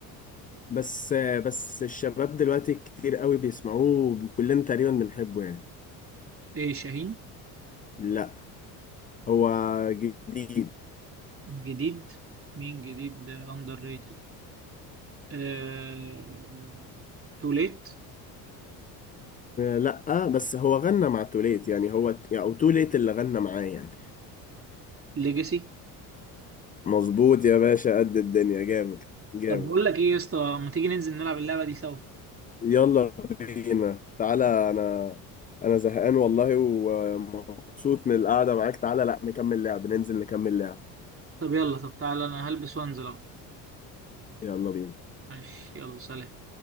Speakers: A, on the left; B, on the right.
A: بس بس الشباب دلوقتي كتير قوي بيسمعوه كلنا تقريبا بنحبه يعني
B: ايه شاهين
A: لا هو جديد
B: جديد مين جديد اندر ريتد آه تو ليت
A: لا بس هو غنى مع توليت يعني هو يعني او توليت اللي غنى معاه يعني
B: ليجاسي
A: مظبوط يا باشا قد الدنيا جامد جامد
B: طب بقول لك ايه يا اسطى ما تيجي ننزل نلعب اللعبه دي سوا
A: يلا بينا تعالى انا انا زهقان والله ومبسوط من القعدة معاك تعالى لا نكمل لعب ننزل نكمل لعب
B: طب يلا طب تعالى انا هلبس وانزل اهو
A: يلا بينا
B: ماشي يلا سلام